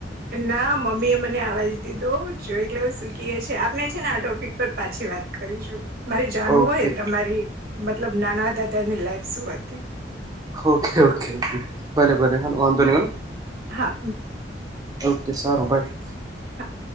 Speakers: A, on the right (about 55°); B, on the right (about 20°).
A: ના મમ્મી એ મને આવાજ દીધો દઉ જો એટલે હું સુકી એ છે આપણે છે ને આ ટોપિક પર પાછી વાત કરીશું. મારે જાણવું
B: ઓકે
A: હોય તમારી મતલબ નાના હતા ત્યારની લાઈફ શું હતી.
B: ઓકે ઓકે ઓ ભલે ભલે હ વાંધંધો
A: અરે
B: નલો
A: હા
B: ઓકે સારું બાઈ
A: હા